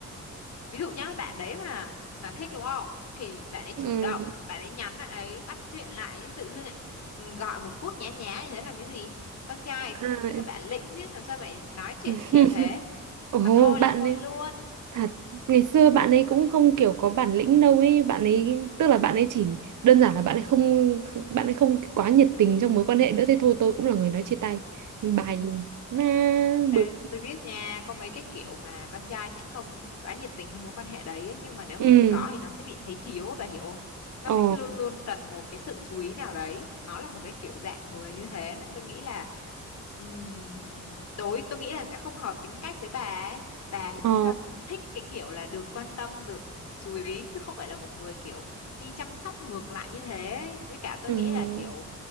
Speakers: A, on the left (about 60°); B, on the right (about 90°).
A: ví dụ nhá bạn đấy mà mà thích đúng không thì bạn ấy chủ
B: Ừ.
A: động bạn ấy nhắn lại ấy bắt chuyện lại chứ tự dưng lại ừ, gọi một cuộc nhá nhá như thế làm cái gì con trai
B: À.
A: phải có bản lĩnh chứ làm sao mày nói chuyện
B: <laughs>
A: nó kiểu thế
B: Ồ,
A: mà thôi
B: bạn
A: là thôi
B: ấy
A: luôn
B: thật ngày xưa bạn ấy cũng không kiểu có bản lĩnh đâu ấy, bạn ấy tức là bạn ấy chỉ đơn giản là bạn ấy không bạn ấy không quá nhiệt tình trong mối quan hệ nữa thế thôi tôi cũng là người nói chia tay. Bài luôn. Mà
A: Ê,
B: bực.
A: tôi biết nha, có mấy cái kiểu mà con trai sẽ không quá nhiệt tình trong mối quan hệ đấy ấy, nhưng mà nếu
B: Ừ.
A: mà không có thì nó sẽ bị thấy thiếu á, bà hiểu không? Nó
B: Ồ.
A: sẽ luôn luôn cần một cái sự chú ý nào đấy, nó là một cái kiểu dạng người như thế nên tôi nghĩ là ừm, đối tôi nghĩ là sẽ không hợp tính cách với bà ấy. Bà thì
B: Ồ.
A: sẽ là thích cái kiểu là được quan tâm, được chú ý chứ không phải là một người kiểu đi chăm sóc ngược lại như thế ấy. Với cả tôi
B: Ừ.
A: nghĩ là kiểu